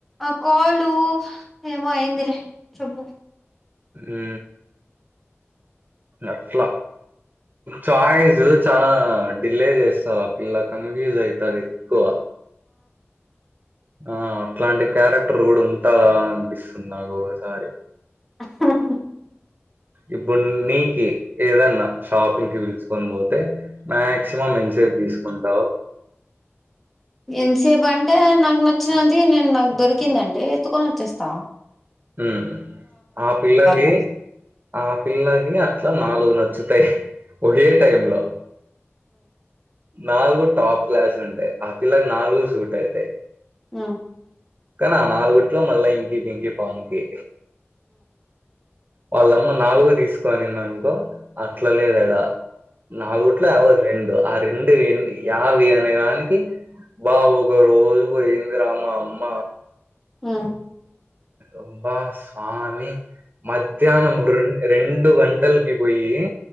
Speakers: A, in the centre; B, on the right.
A: ఆ కాలు ఏమో అయిదిలే చెప్బు
B: ఊ అట్ల చాయిస్ చాలా డిలే చేస్తవ్ ఆ పిల్ల కన్ఫ్యూజ్ అయితాది ఎక్కువ ఆ అట్లాంటి క్యారెక్టర్ గూడా ఉంటాదా అనిపిస్తున్ నాకు ఒగసారి
A: అహహు
B: ఇప్పుడు నీకి ఏదన్న షాపింగ్ కి విలుచుకొని బో టే మాక్సిమం ఎంసెట్ తీసుకుంటావ్
A: ఎంతసేపు అంటే నాకు నచ్చినది నేను నాకు దొరికిందంటే ఎత్తుకొని ఒచ్చేస్తా.
B: ఊ ఆ పిల్లకి
A: లో
B: ఆ పిల్లకి అట్లా నాలుగు నచ్చు తుత్తయ్ ఒకే టైమ్ లో నాలుగు టాప్ క్లాస్ ఉంటయ్ ఆ పిల్లకి నాలుగు సూట్ అయితాయ్
A: ఉ
B: కాని ఆ నాలుగుట్లో మళ్ళ ఇంకీ పింకి పాంకి వాళ్ళమ్మ నాలుగు తీసుకో అనిందనుకో అట్లా లేదు ఏడా నాలుగుట్ల ఆవ రెండు ఆ రెండు ఏంది యావి అనేదానికి బావ్ ఒక రోజు వోయింది రా మా అమ్మ
A: ఉ
B: అబ్బా సామి మధ్యహ్నం రెన్ రెండు గంటలకి బొయ్యి